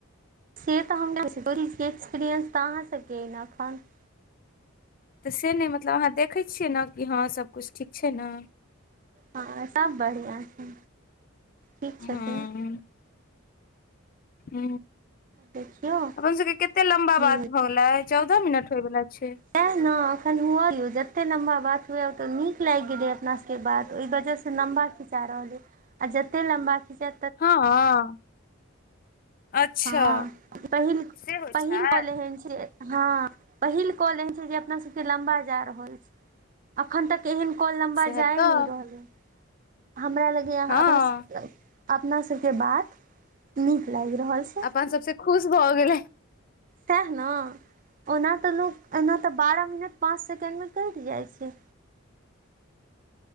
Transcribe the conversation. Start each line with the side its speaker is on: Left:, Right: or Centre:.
Right: से तऽ हम एक्सपीरियंस तऽ अहाँ सबके खान <unintelligible> <unintelligible>
Left: तऽ से नहि मतलब आहाँ देखै छियै न कि हँ सबकुछ ठीक छै न
Right: हँ सब बढ़िया छै ठीक
Left: हँ
Right: छथिन
Left: ह
Right: देखियौ
Left: अपन सबके कते लम्बा
Right: की
Left: बात भऽ गेलै चौदह मिनट होय वला छै
Right: तह ने अखन हुए य जते लम्बा बात हुए ओते नीक लागि गेलै अपना सब के बात ओहि वजह से लम्बा खिचा रहल आ जते लम्बा खिचा
Left: हँ अच्छा
Right: हँ पहिल
Left: से होइ
Right: पहिल
Left: छै
Right: बोल हन हँ पहिल कॉल एन छै जे अपना सबके लम्बा जा रहल छै अखन तक एहन कोल लम्बा
Left: सएह
Right: जाय
Left: तऽ
Right: नहि रहलै हमरा लगैए अपना
Left: हँ
Right: अपनासब के बात नीक लागि रहल छै
Left: सब से खुश भऽ गेलै
Right: सएह न ओना तऽ लोक एना तऽ बारह मिनट पाँच सेकेण्डमे कट जाइत छै